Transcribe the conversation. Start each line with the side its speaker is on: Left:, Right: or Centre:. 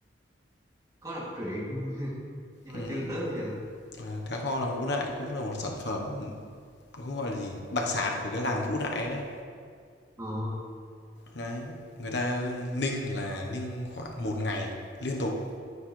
Right: có đọc truyện <laughs> nhưng mà
Left: Ừm,
Right: chưa tới bao giờ
Left: À, cá kho lòng Vũ Đại cũng là một sản phẩm, không gọi là gì, đặc sản của cái làng Vũ Đại đấy.
Right: ờ
Left: Đấy, người ta ninh là ninh khoảng một ngày liên tục,